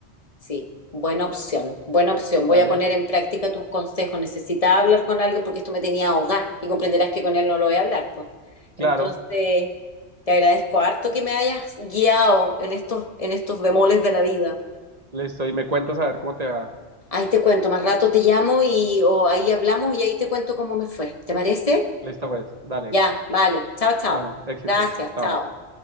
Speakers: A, on the left; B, on the right.
A: sí, buena opción, buena opción.
B: Dale,
A: Voy a poner en práctica tus consejos. Necesitaba hablar con alguien porque esto me tenía ahogada y comprenderás que con él no lo voy a hablar, pues.
B: claro,
A: Entonces, te agradezco harto que me hayas guiado en estos, en estos bemoles de la vida.
B: listo, y me cuentas a ver cómo te va.
A: Ahí te cuento, más rato te llamo y o ahí hablamos y ahí te cuento cómo me fue. ¿Te parece?
B: Listo, pues, dale.
A: Ya, vale. Chao, chao.
B: Bueno, éxitos.
A: Gracias,
B: Chao.
A: chao.